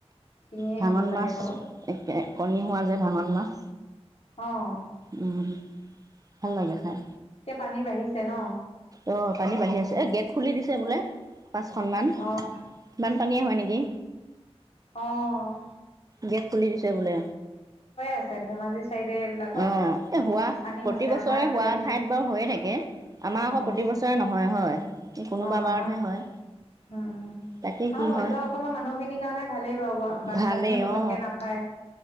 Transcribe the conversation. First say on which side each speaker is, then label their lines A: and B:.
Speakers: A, on the left (about 65°); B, on the right (about 35°).
A: কিনিয়ে
B: ভাঙন
A: আনিব লাগে
B: মাছ
A: বাৰু
B: এক কণী হোৱা যে ভাঙন মাছ
A: অ',
B: উম ভাল লাগে খাই
A: এতিয়া পানী বাঢ়িছে ন?
B: অ পানী বাঢ়ি আছে এ গেট খুলি দিছে বোলে পাঁচখনমান
A: অ',
B: বানপানীয়ে হয় নেকি
A: অঁহ
B: গেট খুলি দিছে বোলে
A: আছে ধেমাজি চাইডে এইবিলাকত
B: অ হোৱা
A: পানী
B: প্ৰতিবছৰে
A: হৈছে আমাৰ এফালেহে
B: হোৱা
A: নাই
B: ঠাইত বাৰু হৈয়ে থাকে আমাৰ আকৌ
A: অ',
B: প্ৰতিবছৰে নহয় হয় এই কোনোবা
A: অ আমাৰ
B: বাৰতহে
A: উম
B: হয়
A: উ
B: তাকে কি
A: আমাৰ মাধ্যয়ম
B: হয়
A: অসমৰ মানুহখিনিৰ কাৰণে ভালেই বাৰু বানপানীয়ে
B: ভালেই
A: পতকে
B: অ
A: নাপায়